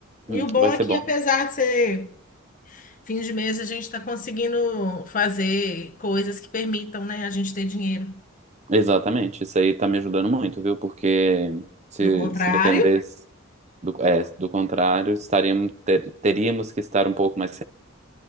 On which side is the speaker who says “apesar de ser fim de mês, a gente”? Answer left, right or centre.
Left